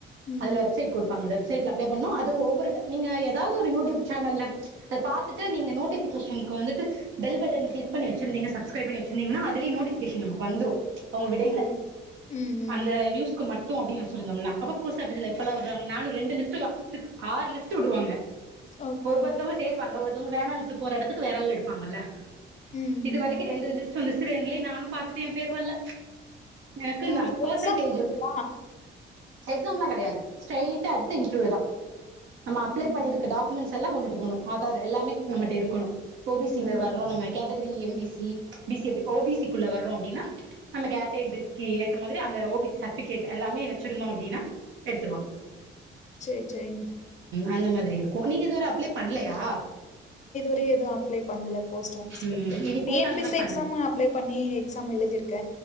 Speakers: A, on the left; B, on the right.
A: ம்
B: அதுல வெப்சைட் குடுப்பாங்க அத சைட்ல அப்ளே பண்ணு அது ஒவ்வொரு ட நீங்க ஏதாவ்து ஒரு யூட்யூப் சேனல்ல அத பாத்துட்டு நீங்க நோட்டிஃபிகேஷன் க்கு வந்துட்டு பெல் பட்டன் க்ளிக் பண்ணி வச்சிருந்திங்க சப்ஸ்க்ரைப் பண்ணி வெச்சிருந்திங்கன்னா அதுலயே நோட்டிஃபிகேஷன் நமக்கு வந்துரு அவ்ங்க விடைல
A: ஓ ம் ம்
B: அந்த ந்யூஸ்க்கு மட் டு அப்டீன் வச்சிருந்தோம்னா அப்ப போஸ்டாஃபிஸ்ல எப்பல்லா விட்றாங்க நானு ரெண்டு லிஸ்ட்டு சி ஆறு லிஸ்ட்டு உடுவங்க
A: ஓகே
B: ஒவ்வொருத்தொங்க சேருவாங்க ஒர் தௌங்க வேணாங்ட்டு போற எடத் துக்கு வேறாள் எடுப்பாங்கல்ல
A: ம்
B: இது
A: ம்
B: வரைக்கு ரெண்டு லிஸ் சு சிரியன்லே நானு பாத்துட்டு ஏ பேர் வல்ல எனக்குன்னா
A: ஓ அதுக்கு
B: பேசன்டேஜு
A: எக்ஸாம் இருக்குங்களா
B: எக்ஸாம்லா கடையாது ஸ்ரைட்டா எடுத்து இன்டர்வியூ தா நம்ம அப்ளே
A: ம்ஹும்
B: பண்ணிருக்கு டாக்குமண்ஸ் எல்லா கொண்டுட்டு போணு ஆதார் எல்லாமே நம்மட்ட இருக் குணு ஓ பி சி
A: ம்ஹும்
B: ல வரோ நம்ம category M B C B C அப்டி ஓ பி சி க்குள்ள வர்றோ அப்டின்னா நம்ம கேட்டகிரிக்கு ஏத்த மாதிரி அந்த ஓ பி சி சட்டிஃபிகேட் எல்லாமே வச்சிருந்தோ அப்டின்னா எடுத்ருவாங்
A: சேர் சேரிங்
B: அந்த மாதிரி இருக்கு நீங்க இதுவர அப்ளே பண்லையா
A: டு எதுவு அப்ளே பண்ல போஸ்ட் ஆபிஸ்
B: ம்
A: <unintelligible>
B: இனி
A: டி
B: போட்டாங்கன்னா
A: என் பி சி
B: பண்ணுங்க
A: எக்ஸாமு அப்ளே பண்ணி எக்ஸாம் எழுதிருக்